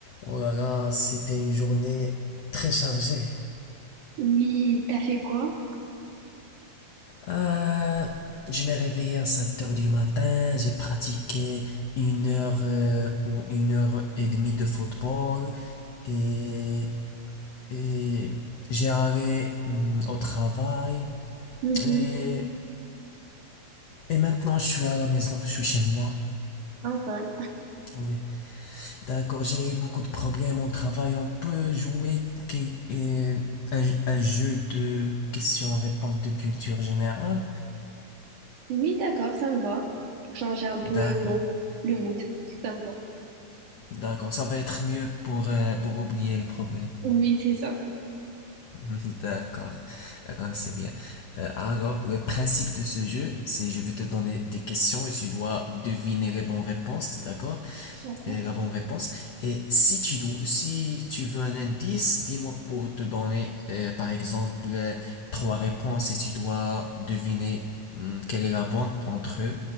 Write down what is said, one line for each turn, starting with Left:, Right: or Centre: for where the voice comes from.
Left: Oh là là, c'était une journée très chargée.
Right: Oui, t'as fait quoi?
Left: Euh, je me réveillé à 7 heures du matin, j'ai pratiqué une heure euh, ou une heure et demie de football et, et j'ai allé hum, au travail
Right: Mhm.
Left: et, et maintenant je suis à la maison, je suis chez moi.
Right: Enfin.
Left: Oui, d'accord, j'ai eu beaucoup de problèmes au travail. On peut jouer que- euh, un, un jeu de questions-réponses de culture générale.
Right: Oui, d'accord, ça me va. Pour changer un peu
Left: D'accord,
Right: euh, le mood. si Ça me va.
Left: d'accord, ça va être mieux pour, euh, pour oublier les problèmes.
Right: Oui, c'est ça.
Left: <laughs> D'accord, d'accord, c'est bien. Euh, alors, le principe de ce jeu, c'est je vais te donner des questions et tu dois deviner les bonnes réponses, d'accord?
Right: D'accord.
Left: Et la bonne réponse. Et si tu dois, si tu veux un indice, dis-moi pour te donner, euh, par exemple, euh, trois réponses et tu dois deviner hum, quelle est la bonne entre eux,